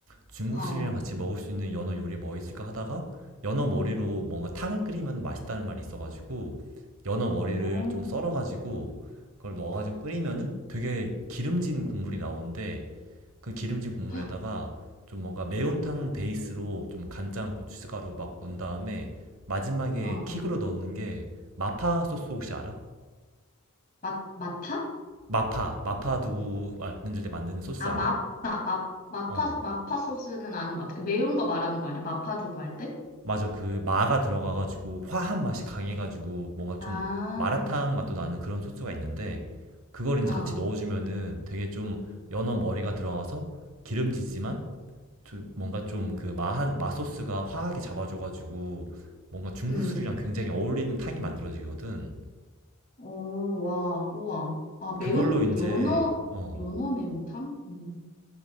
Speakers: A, on the right; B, on the left.
A: 중국술이랑
B: 어,
A: 같이 먹을 수 있는 연어 요리 뭐 있을까 하다가 연어 머리로 뭔가 탕을 끓이면 맛있다는 말이 있어가지고 연어 머리를
B: 어,
A: 좀 썰어가지고 그걸 넣어가지고 끓이면은 되게 기름진 국물이 나오는데 그 기름진 국물에다가
B: <gasps>
A: 좀 뭔가 매운탕 베이스로 좀 간장, 고춧가루 막 넣은 다음에 마지막에
B: 어, 어.
A: 킥으로 넣는 게 마파 소스 혹시 알아?
B: 맛, 마타?
A: 마파, 마파 두부 만들 때 만드는 소스
B: 아,
A: 알아?
B: 마파, 마, 마파,
A: 어,
B: 마파 소스는 아는 것 같아. 그 매운 거 말하는 거 아니야? 마파 두부 할 때?
A: 맞아. 그 마가 들어가가지고 화한 맛이 강해가지고 뭔가
B: 아,
A: 좀 마라탕 맛도 나는 그런 소스가 있는데 그걸 이제
B: 어,
A: 같이 넣어주면은 되게 좀 연어 머리가 들어가서 기름지지만 뭔가 좀 그 마한 마소스가 화하게 잡아줘가지고 뭔가 중국
B: 음.
A: 술이랑 굉장히 어울리는 탕이 만들어지거든.
B: 오, 와, 우와. 아,
A: 그걸로
B: 매운,
A: 이제
B: 연어,
A: 어
B: 연어 매운탕? 음.